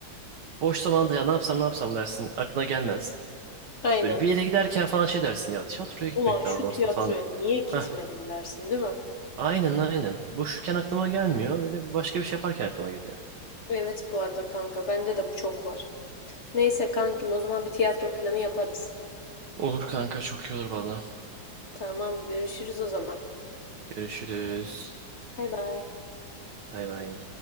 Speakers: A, on the right; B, on the left.
A: Boş zamanda ya ne yapsam ne yapsam dersin. Aklına gelmez.
B: aynen.
A: Böyle bir yere giderken falan şey dersin. Ya tiyatroya gitmek
B: Ulan şu
A: lazım aslında
B: tiyatroya
A: falan.
B: niye gitmedim
A: Heh
B: dersin, değil mi?
A: aynen aynen. Boşken aklıma gelmiyor. Öyle bir başka bir şey yaparken aklıma geliyor.
B: Evet bu arada kanka bende de bu çok var. Neyse kankim o zaman bir tiyatro planı yaparız.
A: Olur kanka çok iyi olur valla.
B: Tamam görüşürüz o zaman.
A: Görüşürüz.
B: Bay bay.
A: Bay bay.